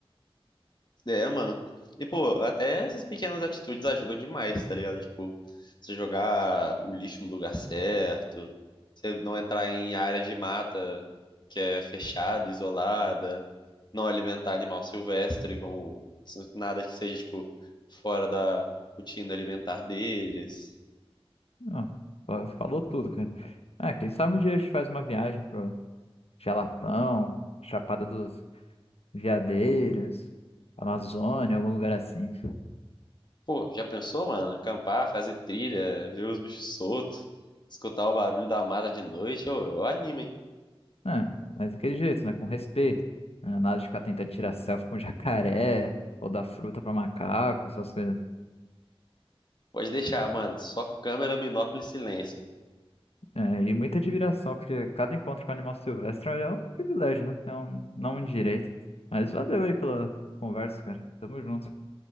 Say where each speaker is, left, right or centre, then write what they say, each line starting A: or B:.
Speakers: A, on the left; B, on the left.
A: É, mano. E, pô, até essas pequenas atitudes ajudam demais, tá ligado? Tipo, você jogar o lixo no lugar certo, você não entrar em área de mata que é fechada, isolada. não alimentar animal silvestre com nada que seja, tipo, fora da rotina alimentar deles.
B: Não, fa- falou tudo, cara. Ah, quem sabe um dia a gente faz uma viagem pro Jalapão, Chapada dos Veadeiros, Amazônia, algum lugar assim.
A: Pô, já pensou, mano? Acampar, fazer trilha, ver os bichos soltos, escutar o barulho da mata de noite, eu, eu animo, hein?
B: É, mas daquele jeito, né? Com respeito. É, Nada de ficar tentando tirar selfie com <laughs> jacaré ou dar fruta pra macaco, essas coisas.
A: Pode deixar, mano. Só câmera, binóculo e silêncio.
B: É, e muita admiração, porque cada encontro com animal silvestre é um privilégio, né? É um, não um direito. Mas valeu aí pela conversa, cara. Tamo junto.